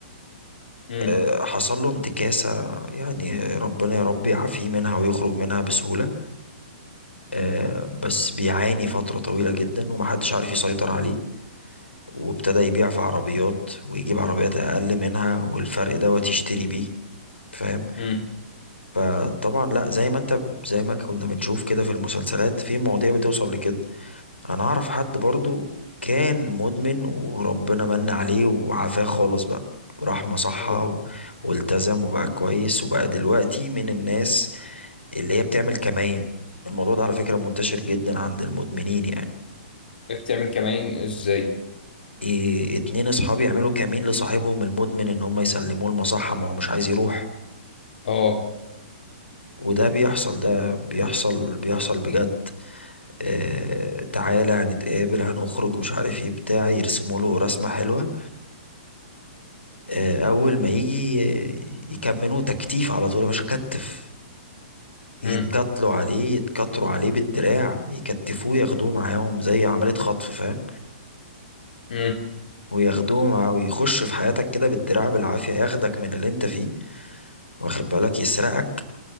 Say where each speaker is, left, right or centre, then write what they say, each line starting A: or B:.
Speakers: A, on the left; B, on the left.
A: مم.
B: آه، حصل له انتكاسة يعني ربنا يا رب يعافيه منها ويخرج منها بسهولة آه، بس بيعاني فترة طويلة جدا ومحدش عارف يسيطر عليه وابتدى يبيع في عربيات ويجيب عربيات اقل منها والفرق دوت يشتري بيه فاهم
A: مم.
B: فطبعا لا زي ما انت زي ما كنا بنشوف كده في المسلسلات في مواضيع بتوصل لكده انا اعرف حد برضو كان مدمن وربنا من عليه وعافاه خالص بقى راح مصحة
A: اه
B: و- والتزم وبقى كويس وبقى دلوقتي من الناس اللي هي بتعمل كمائن الموضوع ده على فكرة منتشر جدا عند المدمنين يعني
A: بتعمل كمائن ازاي؟
B: إيه اتنين اصحابي يعملوا كمين لصاحبهم المدمن ان هم يسلموه المصحة ما هو مش عايز يروح
A: اه
B: وده بيحصل ده بيحصل بيحصل بجد اه تعالى هنتقابل هنخرج مش عارف ايه بتاع يرسموا له رسمة حلوة اه اول ما يجي آه، يكملوه تكتيف على طول يا باشا كتف يتكتلوا
A: مم.
B: عليه يتكتروا عليه بالدراع يكتفوه ياخدوه معاهم زي عملية خطف فاهم
A: مم.
B: وياخدوه مع ويخش في حياتك كده بالدراع بالعافية ياخدك من اللي انت فيه واخد بالك يسرقك